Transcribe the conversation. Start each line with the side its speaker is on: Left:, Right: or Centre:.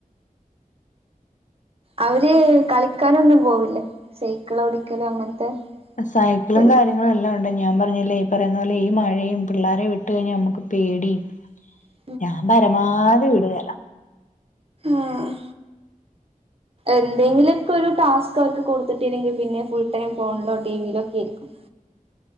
Right: അവര് കളിക്കാനൊന്നും പോവില്ലേ സൈക്കിളോടിക്കല് അങ്ങനത്തെ
Left: സൈക്കിളും
Right: ശരി
Left: കാര്യ <unintelligible> ളെല്ലാം ഒണ്ട് ഞാൻ പറഞ്ഞില്ലേ ഈ പറയുന്ന പോലെ ഈ മഴയും പിള്ളാരെ വിട്ട് കഴിഞ്ഞാൽ നമുക്ക് പേടീം
Right: <inaudible>
Left: ഞാ പരമാധി വിടുകേല
Right: ആഹ് എന്തെങ്കിലൊക്കൊരു ടാസ്ക് അവർക്ക് കൊടുത്ത്ട്ട്ല്ലെങ്കിൽ പിന്നെ ഫുൾ ടൈം ഫോണിലോ ടിവിലോ ഒക്കെരിക്കും